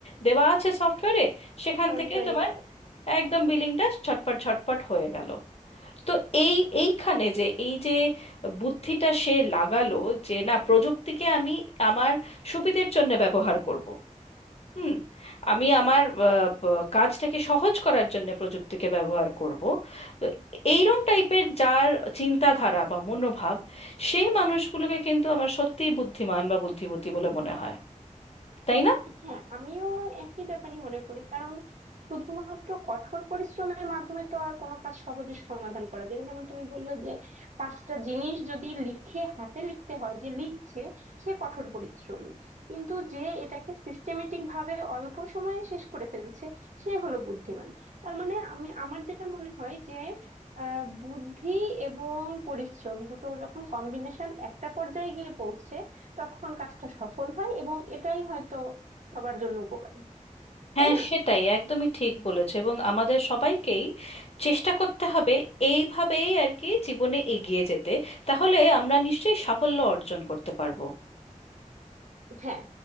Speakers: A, on the left; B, on the right.
A: দেওয়া আছে সফটওয়্যারে সেখান
B: ফর্ম
A: থেকে
B: তৈরি
A: তোমার
B: করা থাকে।
A: একদম বিলিংটা ঝটপট ঝটপট হয়ে গেল তো এই এইখানে যে এই যে বুদ্ধিটা সে লাগালো যে না প্রযুক্তিকে আমি আমার সুবিধের জন্য ব্যবহার করব হুম আমি
B: হুম
A: আমার আহ, ব- কাজটাকে সহজ করার জন্য প্রযুক্তিকে ব্যবহার করব তো এইরম টাইপের যার চিন্তাধারা বা মনোভাব সেই মানুষগুলোকে কিন্তু আমার সত্যিই বুদ্ধিমান বা বুদ্ধিমতী বলে মনে হয় তাই না
B: হ্যাঁ আমিও একই ব্যাপারই মনে করি কারণ শুধুমাত্র কঠোর পরিশ্রমের মাধ্যমে তো আর কোনো কাজ সহজে সমাধান করা যায় না। যেমন তুমি বললে যে পাঁচটা জিনিস যদি লিখে হাতে লিখতে হয় যে লিখছে সে কঠোর পরিশ্রমী কিন্তু যে এটাকে সিস্টেমেটিক ভাবে অল্প সময়ে শেষ করে ফেলছে সে হলো বুদ্ধিমান তার মানে আমি আমার যেটা মনে হয় যে আহ বুদ্ধি এবং পরিশ্রম দুটো যখন কম্বিনেশন একটা পর্যায়ে গিয়ে পৌঁছে তখন কাজটা সফল হয় এবং এটাই হয়তো সবার জন্য উপকারী
A: হ্যাঁ
B: তাই না
A: সেটাই একদমই ঠিক বলেছে এবং আমাদের সবাইকেই চেষ্টা করতে হবে এইভাবেই আর কি জীবনে এগিয়ে যেতে তাহলে আমরা নিশ্চয়ই সাফল্য অর্জন করতে পারবো
B: হ্যাঁ